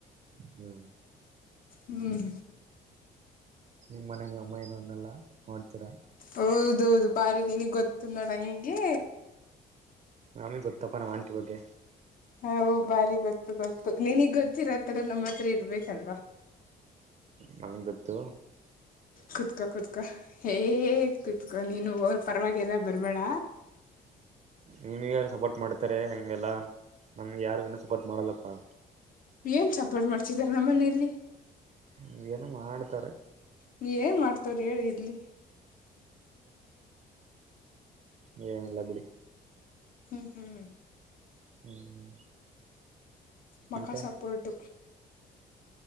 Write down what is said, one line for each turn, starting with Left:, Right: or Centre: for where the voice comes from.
Right: ಹ್ಮ್
Left: ಹ್ಮ್
Right: ನಿಮ್ಮ ಮನೆ ನೀ ಅಮ್ಮ ಏನೋ ಅನ್ನೆಲ್ಲ ನೋಡ್ತೀರಾ
Left: ಹೌದೌದು ಬಾರಿ ನಿನಗ್ ಗೊತ್ತು ನೋಣ ಹೇಗೆ
Right: ನಮಾಮೇ ಗೊತ್ತಪ್ಪ ನಮ್ಮ್ ಆಂಟಿ ಬಗ್ಗೆ
Left: ಹ ಬಾರಿ ಗೊತ್ತು ಗೊತ್ತು ನಿನಗ್ ಗೊತ್ತಿರೋತ್ತರ ನಮ್ಮ ಹತ್ರ ಇರ್ಬೇಕಲ್ವಾ
Right: ನಮ ಗೊತ್ತುು
Left: ಕುತ್ಕೋ ಕುತ್ಕ ಹಏ ಕುತ್ಕೋ ನೀನು ಪರವಾಗಿಲ್ಲ ಬರ್ಬೇಳ
Right: ನಿಮ್ಗ ಯಾರು ಸಪೋರ್ಟ್ ಮಾಡ್ತಾರೆ ಹಂಗೆಲ್ಲಾ ನಮ್ಗೆ ಯಾರನ ಸಪೋರ್ಟ್ ಮಾಡಲ್ಲಪ್ಪಾ
Left: ಏನ್ ಸಪೋರ್ಟ್ ಮಾಡ್ಸಿದಾರ ನಮ್ಮ ಮನಲಿ
Right: ಹ ಏನ ಮಾಡ್ತಾರೆ
Left: ನೀ ಏನ್ ಮಾಡ್ತವ್ರ ಹೇಳಿ ಇರ್ಲಿ
Right: ಹ್ಮ್ ಹೆನೀಲ್ಲ ಬಿಡಿ
Left: ಹ್ಮ್ ಹ್ಮ್
Right: ಹ್ಮ್
Left: ಮಕ್ಕಾ
Right: ಮತ್ತೆ
Left: ಸಪೋರ್ಟ್